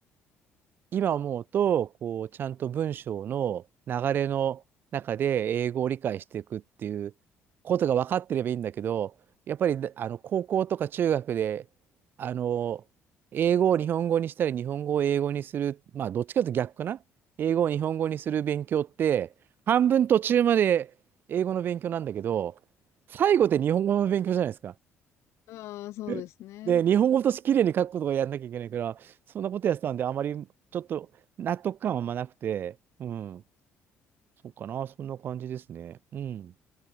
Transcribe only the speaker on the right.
今思うと、こう、ちゃんと文章の流れの中で英語を理解していくっていうことが分かってればいいんだけど、やっぱり、あの、高校とか中学で、あの、英語を日本語にしたり、日本語を英語にする、まあ、どっちかというと逆かな。英語を日本語にする勉強って、半分途中まで英語の勉強なんだけど、最後って日本語の勉強じゃないですか。
<laughs> で、日本語として綺麗に書くことがやんなきゃいけないから、そんなことやってたんで、あまりちょっと納得感はあんまなくて、うん、そうかな、そんな感じですね。うん。